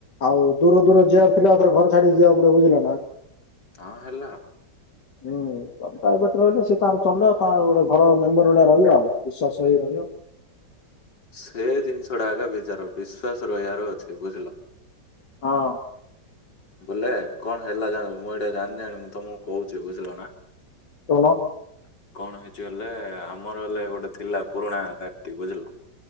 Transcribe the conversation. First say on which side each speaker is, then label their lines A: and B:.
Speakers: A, on the left; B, on the left.
A: ଆଉ ଦୂର ଦୂର ଯିବାର ଥିଲାର ଘର ଛାଡିକି ଯିବାକୁ ପଡିବ ବୁଝିଲ ନା,
B: ହଁ ହେଲା
A: ହୁଁ ପ୍ରାଇବେଟ ରହିଲେ ସେ ତାର ଚଲେଇବ ତା ଗୋଟେ ଘର ମେମ୍ବର ଭଳିଆ ରହିବ ଆଉ ବିଶ୍ଵାସ ହେଇ ରହିବ,
B: ସେ ଜିନିଷ ଟା ଆଗା ବିଚାର ବିଶ୍ଵାସ ରହିବାର ଅଛି ବୁଝିଲ
A: ହଁ।
B: ବୋଲେ କଣ ହେଲା ଜ ମୁଁ ଏଇଟା ଜାଣିିନାଣି ମୁଁ ତମକୁ କହୁଛି ବୁଝିଲ ନା,
A: କଣ?
B: କଣ ହେଇଛି ହେଲେ ଆମର ହେଲେ ଗୋଟେ ଥିଲା ପୁରୁଣା ଘାଟି ବୁଝିଲ।